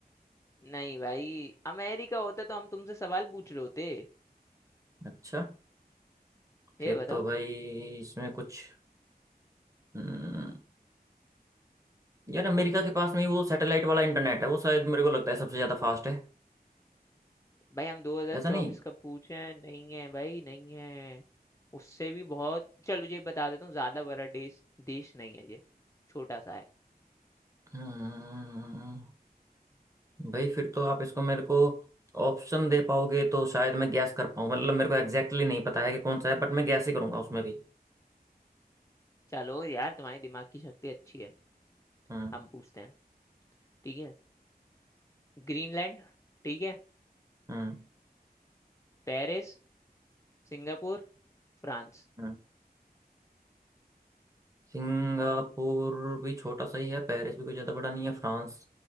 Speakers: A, on the left; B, on the right.
A: नहीं भाई अमेरिका होता तो हम तुमसे सवाल पूछ रहे होते
B: अच्छा फिर
A: ये बताओ
B: तो भाई इसमें कुछ हम्म, यार अमेरिका के पास में ही वो सैटेलाइट वाला इंटरनेट है वो शायद मेरे को लगता है सबसे ज़्यादा फास्ट है
A: भाई हम 2024
B: ऐसा नहीं
A: का पूछे हैं नहीं है भाई नहीं है उससे भी बहुत चलो ये बता देता हूँ ज्यादा बड़ा देश देश नहीं है ये छोटा सा है
B: हम्म, भाई फिर तो आप इसको मेरे को ऑप्शन दे पाओगे तो शायद मैं गैस कर पाऊँ मतलब मेरे को एग्जैक्टली exactly नहीं पता है कि कौन सा है बट मैं गैस ही करूंगा उसमें भी
A: चलो यार तुम्हारे दिमाग की शक्ति अच्छी है
B: हम्म
A: हम पूछते हैं ठीक है ग्रीनलैंड ठीक है
B: हम्म
A: पेरिस सिंगापुर फ्रांस
B: हम्म। सिंगापुर भी छोटा सा ही है पेरिस भी कोई ज़्यादा बड़ा नहीं है फ्रांस